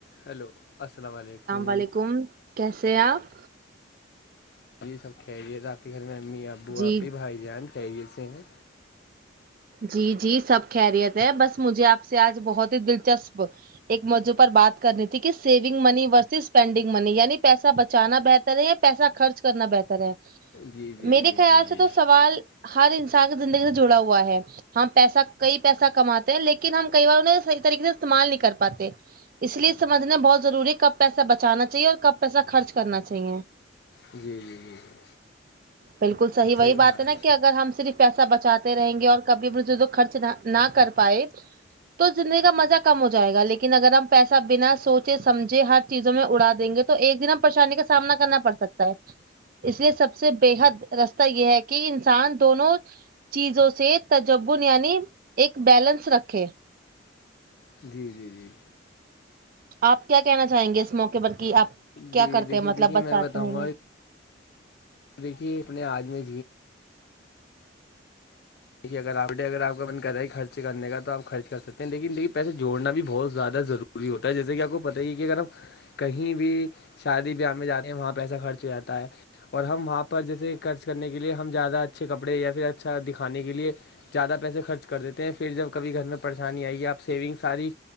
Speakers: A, on the left (about 55°); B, on the right (about 45°).
A: hello السلام علیکم
B: علیکم کیسے ہیں آپ
A: یہ سبکھ جی بااکی خیر ممیمی آبو
B: جی
A: آپ ہی بھائی جان چیے سے ہیں
B: جی جی سب خیریت ہے بس مجھے آپ سے آج بہت ہی دلچسپ ایک موضوع پر بات کرنی تھی کہ saving money versus spending money یعنی پیسہ بچانا بہتر ہے یا پیسہ خرچ کرنا بہتر ہے
A: جی جی
B: میرے
A: جی
B: خیال
A: جی جی
B: سے تو سوال ہر انسان کی زندگی سے جڑا ہوا ہے ہم پیسہ کئی پیسہ کماتے ہیں لیکن ہم کئی بار انہیں صحیح طریقے سے استعمال نہیں کر پاتے اس لیے سمجھنا بہت ضروری ہے کب پیسہ بچانا چاہیے اور کب پیسہ خرچ کرنا چاہیے
A: جی جی جی جی
B: بالکل صحی وہی
A: صحیح
B: بات
A: فرمایا
B: ہے نا کہ اگر ہم صرف پیسہ بچاتے رہیں گے اور کبھی م خرچ نہ کر پائے تو زندگی کا مزہ کم ہو جائے گا لیکن اگر ہم پیسہ بنا سوچے سمجھے ہر چیزوں میں اڑا دیں گے تو تو ایک دن ہم پریشانی کا سامنا کرنا پڑ سکتا ہے اس لیے سب سے بےحد رستہ یہ ہے کہ انسان دونوں چیزوں سے تجبن یعنی ایک بیلنس رکھے
A: جی جی جی
B: آپ کیا کہنا چاہیں گے اس موقع پر کہ آپ کیا
A: جی
B: کرتے
A: دیکھیے
B: ہیں مطلب
A: دیکھیے
B: بچاتے
A: میں بتاؤں
B: ہیں
A: گا
B: یہ
A: دیکھیے اپنے آجمی دیکے اگر آپ ڈے اگر آپ کا من کر رہا ہے خرچنے کا آپ خرچ کرکتے ہیں لیکنیکھی پیسے جوڑنا بھی بہت زیادہ ضروری وری ہوتا ہے جیسے کہ آپ کو پتا ہی ہے کہ اگر ہم کہیں بھی شادی بیاہ میں جاتے ہیں وہاں پیسہ خرچ ہو جاتا ہے اور ہم وہاں پر جیسے خرچ کرنے کے لیے ہم ج زیادہ اچھے کپڑے یا پھر اچھا دکھ کھانے کے لیے زیادہ پیسے خرچ کر دیتے ہیں پھر جب کھی گھر میں پریشانی آئے گی آپ سیونگ ساری